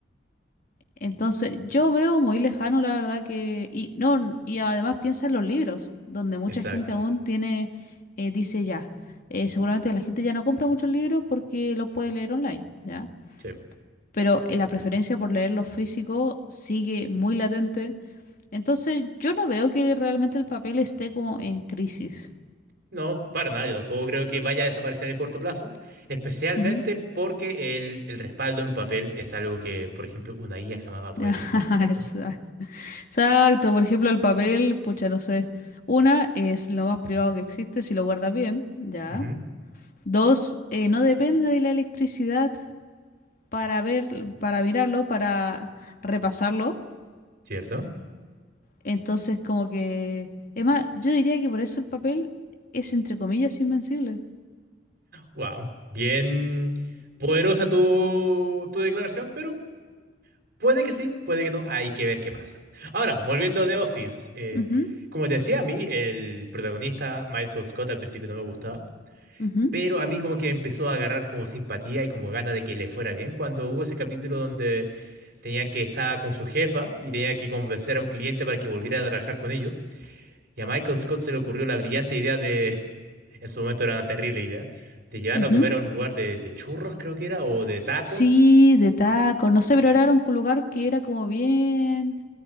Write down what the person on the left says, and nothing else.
Entonces, yo veo muy lejano, la verdad que... Y, no, n- y además piensa en los libros, donde mucha
gente aún tiene, eh, dice ya, eh, seguramente la gente ya no compra muchos libros porque los puede leer online, ¿ya?
Pero eh, la preferencia por leer los físicos sigue muy latente. Entonces, yo no veo que realmente el papel esté como en crisis.
Ujú.
<laughs>
Exacto.
Exacto, por ejemplo, el papel, pucha, no sé. Una es lo más privado que existe si lo guardas bien, ya.
Dos, eh, no depende de la electricidad para ver, para mirarlo, para repasarlo.
Entonces, como que, es más, yo diría que por eso el papel es entre comillas invencible.
Ujú,
ujú,
ujú.
Sí, de taco, no sé, pero era un lugar que era como bien.